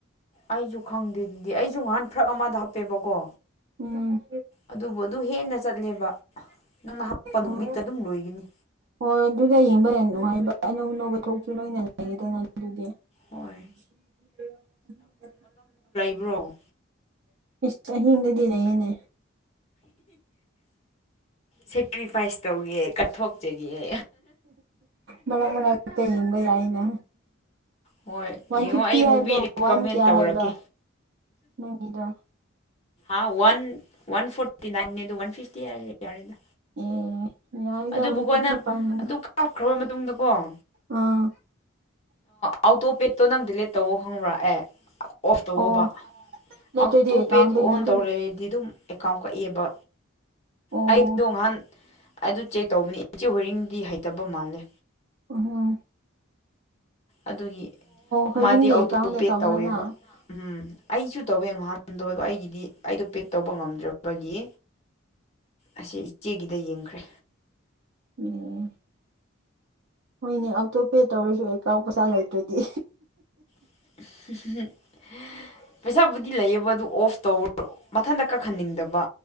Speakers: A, on the left; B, on the right.
A: ꯑꯩꯁꯨ ꯈꯪꯗꯦ ꯑꯗꯨꯗꯤ ꯑꯩꯁꯨ ꯉꯍꯥꯟ ꯐꯔꯛ ꯑꯃꯗ ꯍꯥꯞꯄꯦꯕꯀꯣ
B: ꯎꯝ
A: ꯑꯗꯨꯕꯨ ꯑꯗꯨ ꯍꯦꯟꯅ ꯆꯠꯂꯦꯕ ꯅꯪꯅ ꯍꯥꯞꯄ ꯅꯨꯃꯤꯠꯇ
B: ꯑꯣ
A: ꯑꯗꯨꯝ ꯂꯣꯏꯒꯅꯤ
B: ꯍꯣꯏ ꯑꯗꯨꯗ ꯌꯦꯡꯕ ꯍ ꯌꯥꯝ ꯅꯨꯡꯉꯥꯏꯕ ꯑꯅꯧ ꯑꯅꯧꯕ ꯊꯣꯛꯁꯨ ꯂꯣꯏꯅ ꯂꯩꯌꯦꯗꯅ ꯑꯗꯨꯗꯤ <unintelligible>
A: ꯍꯣꯏ ꯭ꯔꯣꯝ
B: ꯇ ꯍꯗꯗꯤꯅꯦ ꯏꯅꯦ
A: ꯁꯦꯛꯇꯔꯤ ꯄꯥꯏꯁ ꯇꯧꯒꯦ ꯀꯠꯊꯣꯛꯆꯒꯦ
B: ꯃꯔꯛ ꯃꯔꯛꯇ ꯌꯦꯡꯕ ꯌꯥꯏꯅ
A: ꯍꯣꯏ
B: ꯋꯥꯟ
A: ꯌꯦꯡꯉꯣ
B: ꯐꯤꯐꯇꯤ
A: ꯑꯩ
B: ꯍꯥꯏꯕ꯭ꯔꯣ
A: ꯃꯨꯚꯤ ꯔꯤꯀꯃꯦꯟ
B: ꯋꯥꯟ ꯀꯌꯥ
A: ꯇꯧꯔꯛꯀꯦ
B: ꯍꯥꯏꯕ ꯅꯪꯒꯤꯗꯣ
A: ꯑ ꯋꯥꯟ ꯋꯥꯟꯐꯣꯔꯇꯤꯅꯥꯏꯟꯅꯤ ꯑꯗꯨ ꯋꯥꯟ ꯐꯤꯐꯇꯤ ꯍꯥꯏꯔꯗꯤ ꯌꯥꯔꯦꯗꯥ
B: ꯑꯦ ꯌꯥꯏꯗ
A: ꯑꯗꯨꯕꯨꯀꯣ
B: ꯋꯥꯟ ꯐꯤꯐꯇꯤ
A: ꯅꯪ
B: ꯄꯔ ꯃꯟ
A: ꯑꯗꯨ ꯀꯥꯞꯈ꯭ꯔꯕ ꯃꯇꯨꯡꯗꯀꯣ ꯑ
B: ꯑꯥ
A: ꯑꯥꯎꯇꯣ ꯄꯦꯠꯇꯣ ꯅꯪ ꯗꯤꯂꯦꯠ ꯇꯧꯑꯣ ꯈꯪꯕ꯭ꯔꯥ ꯑꯦ ꯑꯣꯐ ꯇꯧꯋꯣꯕ
B: ꯑꯣ ꯅꯠꯇ꯭ꯔꯗꯤ
A: ꯑꯧꯇꯣꯄꯦꯠ
B: ꯑꯦꯀꯥꯎꯟꯗꯒꯤ
A: ꯑꯣꯟ
B: ꯑꯗꯨꯝ
A: ꯇꯧꯔꯦꯗꯤ ꯑꯗꯨꯝ ꯑꯦꯀꯥꯎꯟ ꯀꯛꯏꯕ
B: ꯑꯣ
A: ꯑꯩꯗꯣ ꯉꯍꯥꯟ ꯑꯗꯨ ꯆꯦꯛ ꯇꯧꯕꯅꯤ ꯏꯆꯦ ꯍꯣꯏꯔꯤꯡꯗꯤ ꯍꯩꯇꯕ ꯃꯥꯜꯂꯦ
B: ꯑꯣ
A: ꯑꯗꯨꯒꯤ
B: ꯍꯣꯏꯔꯤꯡꯒꯤ
A: ꯃꯥꯗꯤ ꯑꯣꯇꯣ
B: ꯑꯦꯀꯥꯎꯟꯗ
A: ꯄꯦ
B: ꯇꯧꯕ꯭ꯔꯥ
A: ꯇꯧꯋꯦꯕ
B: ꯅꯪ
A: ꯎꯝ ꯑꯩꯁꯨ ꯇꯧꯋꯦ ꯉꯍꯥꯟꯗꯣ ꯑꯗꯣ ꯑꯩꯒꯤꯗꯤ ꯑꯩꯗꯣ ꯄꯦꯗ ꯇꯧꯕ ꯉꯝꯗ꯭ꯔꯕꯒꯤ ꯑꯁꯤ ꯏꯆꯦꯒꯤꯗ ꯌꯦꯡꯈ꯭ꯔꯦ
B: <unintelligible> ꯍꯣꯏꯅꯦ ꯑꯣꯇꯣꯄꯦ ꯇꯧꯔꯁꯨ ꯑꯦꯀꯥꯎꯟ ꯄꯩꯁꯥ ꯂꯩꯇ꯭ꯔꯗꯤ
A: <unintelligible> ꯄꯩꯁꯥꯕꯨꯗꯤ ꯂꯩꯌꯦꯕ ꯑꯗꯨ ꯑꯣꯐ ꯇꯧ ꯃꯊꯟꯇ ꯀꯛꯍꯟꯅꯤꯡꯗꯕ